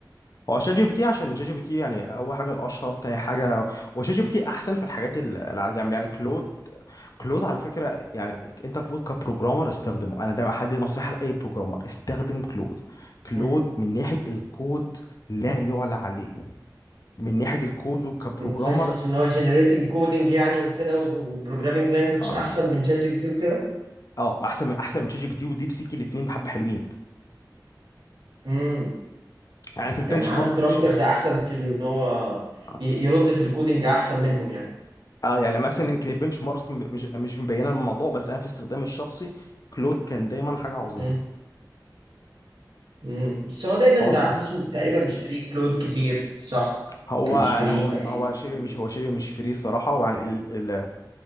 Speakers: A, on the left; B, on the right.
A: هو شات جي بي تي عشان شات جي بي تي يعني اول حاجه الاشهر تاني حاجه هو شات جي بي تي احسن في الحاجات ال- اللي على جنب يعني كلود كلود على فكره يعني انت المفروض كبروجرامر استخدمه انا ده حد نصيحه لاي بروجرامر استخدم كلود كلود
B: مم.
A: من ناحيه الكود لا يعلى عليه من ناحيه الكود وكبروجرامر
B: يعني حاسس ان هو جنريتنج كودنج يعني وكده وبروجرامينج لانجوج
A: اه
B: احسن من شات جي بي تي وكده
A: اه احسن من احسن من شات جي بي تي وديب سيك الاثنين بحبه حلوين
B: مم.
A: يعني في البنش
B: يعني عنده
A: ماركس
B: بارامترز
A: مش
B: احسن في ان هو
A: اه
B: ي- يرد في الكودينج احسن منهم يعني
A: آه، يعني مثلا يمكن البنش ماركس م- مش مش مبينه الموضوع بس انا في استخدامي الشخصي كلود كان دايما حاجه عظيمه
B: مم. مم. بس هو دايما
A: هو
B: بحسه تقريبا مش فري كلود كتير صح
A: هو
B: يعني مش فري
A: لا هو
B: تقريبا
A: هو
B: او
A: شبه
B: حاجه
A: مش
B: كده
A: هو شبه مش فري صراحه ويعني ال... ال...